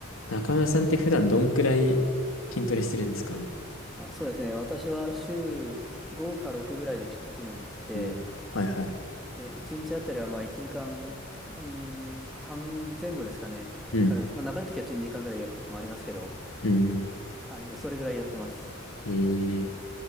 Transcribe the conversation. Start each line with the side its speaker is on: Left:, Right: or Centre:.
Left: 中村さんって普段どんくらい筋トレしてるんですか
Centre: あ、そうですね。私は週5か6ぐらいできジムに行って、
Left: お、はいはい。
Centre: で、1日あたりはまあ1時間、うーん、半前後ですかね。
Left: うん、
Centre: から、まあ長い時は12時間ぐらいやることもありますけど、
Left: うん。
Centre: はい、それぐらいやってます。
Left: ええ。